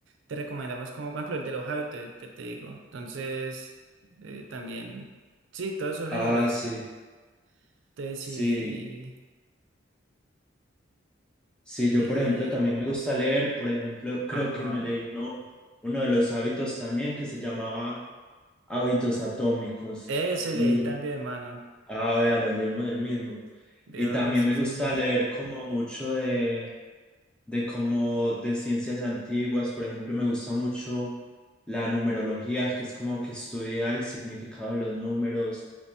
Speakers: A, on the right (about 80°); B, in the centre.
A: te recomendamos como, por ejemplo, el de los hábitos, el que te digo. Entonces, eh, también, sí, todos esos
B: Ah,
A: géneros,
B: sí,
A: y entonces,
B: sí,
A: y
B: sí, yo
A: y-
B: por ejemplo también
A: y
B: me gusta leer, por ejemplo, creo
A: Ajá.
B: que me leí uno, uno de los hábitos también que se llamaba Hábitos Atómicos
A: Ese
B: Y.
A: leí también, mano.
B: Ah, vea, nos leímos el mismo.
A: Dios,
B: Y también
A: si
B: me
A: es
B: gusta
A: que es.
B: leer como mucho de, de como de ciencias antiguas. Por ejemplo, me gusta mucho la numerología, que es como que estudia el significado de los números.